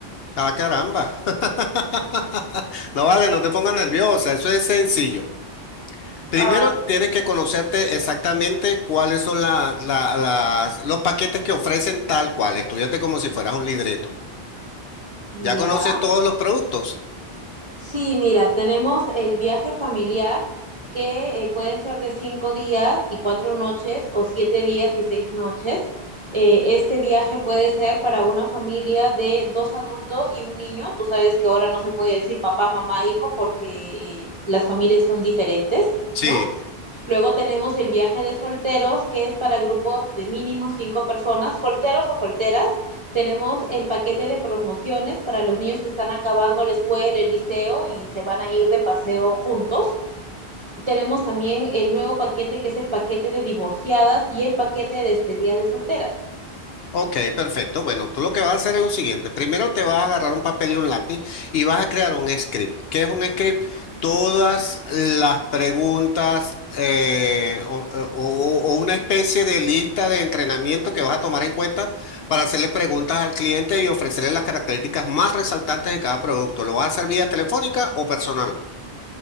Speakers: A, on the left (about 70°); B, on the right (about 25°).
A: Ah, caramba. <laughs> No vale, no te pongas nerviosa, eso es sencillo. Primero
B: Ay,
A: tienes que conocerte exactamente cuáles son la- la- las, los paquetes que ofrecen tal cual. Estudiate como si fueras un libreto. ¿Ya
B: Ya,
A: conoces todos los productos?
B: sí, mira, tenemos el viaje familiar que eh, puede ser de cinco días y cuatro noches o siete días y seis noches. Eh, este viaje puede ser para una familia de dos adultos y un niño. Tú sabes que ahora no se puede decir papá, mamá, hijo porque eh, las familias son diferentes,
A: Sí.
B: ¿no? Luego tenemos el viaje de solteros, que es para grupos de mínimo cinco personas, solteros o solteras. Tenemos el paquete de promociones para los niños que están acabando la escuela, el liceo y se van a ir de paseo juntos. Y tenemos también el nuevo paquete, que es el paquete de divorciadas y el paquete de despedida de solteras.
A: Ok, perfecto. Bueno, tú lo que vas a hacer es lo siguiente. Primero te vas a agarrar un papel y un lápiz y vas a crear un script. ¿Qué es un script? Todas las preguntas eh, o, o- o- o una especie de lista de entrenamiento que vas a tomar en cuenta para hacerle preguntas al cliente y ofrecerle las características más resaltantes de cada producto. ¿Lo vas a hacer vía telefónica o personal?